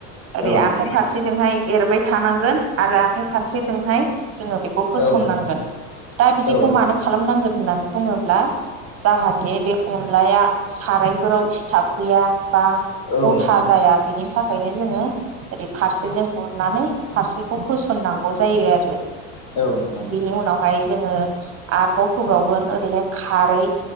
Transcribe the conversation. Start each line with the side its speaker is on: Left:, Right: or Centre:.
Right: ओरै
Left: औ नोंथां औ
Right: आखाइ
Left: नोंथां
Right: फारसेजोंहाय एरबाय थानांगोन आरो आखाइ फारसे जोंहाय जोङो बेखौ होसननांगोन।
Left: औ नोंथां
Right: दा बिदिखौ
Left: औ
Right: मानो खालामनांगोन होननानै बुङोब्ला जाहाथे बे अनलाया सारायफोराव सिथाब फैया। बा गथा
Left: औ नोंथां
Right: जाया बेनि थाखायनो जोङो ओरै फारसेजों उरनानै फारसेखौ होसननांगौ जायो आरो
Left: औ नोंथां
Right: बिनि उनावहाय जोङो आबाव होबावगोन ओरैहाय खारै